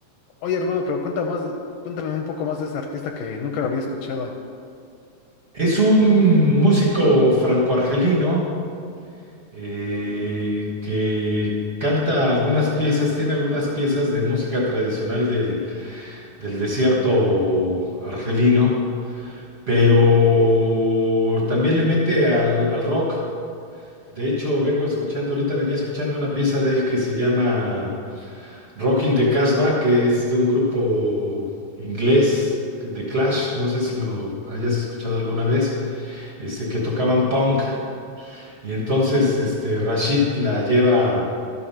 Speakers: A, on the left (about 80°); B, on the right (about 60°).
A: Oye, hermano, pero cuenta más, cuéntame un poco más de ese artista que nunca lo había escuchado.
B: Es un músico franco-argelino eh, que canta algunas piezas, tiene algunas piezas de música tradicional del, del desierto argelino pero también le mete al, al rock. De hecho, vengo escuchando, ahorita venía escuchando una pieza de él que se llama Rocking the Casbah, que es de un grupo inglés de Clash, no sé si lo hayas escuchado alguna vez, este, que tocaban punk. Y entonces este, Rashid la lleva